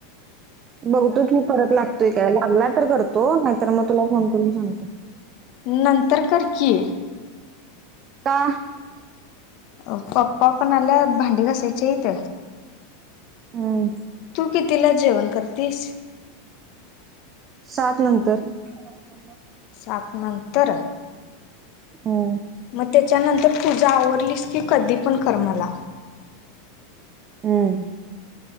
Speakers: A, on the right (about 35°); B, on the left (about 50°).
A: बघतो की परत लागतोय काय लागला तर करतो नाहीतर मग तुला फोन करून सांगतो.
B: नंतर कर की.
A: का
B: अ पप्पा पण आल्यात भांडी घासायची हाईत.
A: हम्म.
B: तू कितीला जेवण करतीस?
A: सात नंतर. <unintelligible>
B: सात नंतर
A: हम्म.
B: म त्याच्यानंतर तुझा आवरलीस की कधी पण कर मला.
A: हम्म.